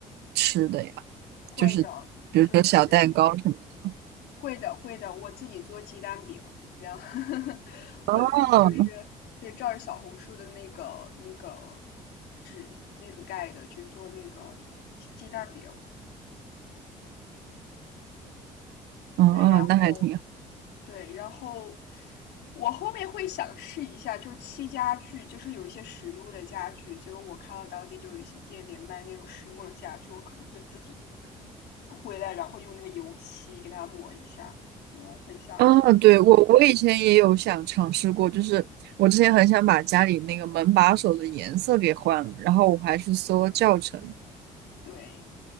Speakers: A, on the right (about 75°); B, on the left (about 70°).
A: 吃的呀？
B: 会的，
A: 就是比如说小蛋糕什么的。
B: 就是会的，会的，我自己做鸡蛋饼，然后 <laughs> 我自己就是对照着小红书的那个那个
A: 哦，
B: 纸那个盖的去做那个鸡蛋饼，
A: 哦哦，
B: 对，然后
A: 那还挺好。
B: 对，然后我后面会想试一下，就是漆家具，就是有一些实木的家具，就是我看到当地就有一些店里卖那种实木的家具，我可能会自己回来，然后用那个油漆给它抹一下，我会想
A: 啊，对，我我以前也有想尝试过，就是我之前很想把家里那个门把手的颜色给换了，然后我还去搜了教程，
B: 对